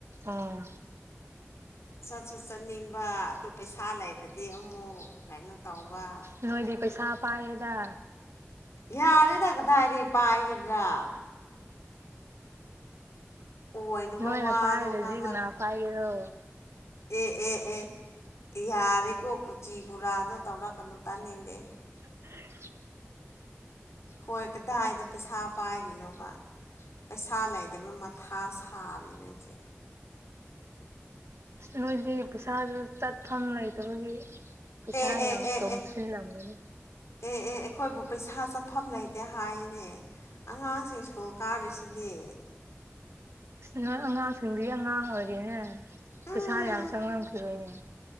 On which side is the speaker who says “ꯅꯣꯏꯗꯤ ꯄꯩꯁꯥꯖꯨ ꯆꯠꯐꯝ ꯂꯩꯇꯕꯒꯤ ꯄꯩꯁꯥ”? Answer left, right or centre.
Right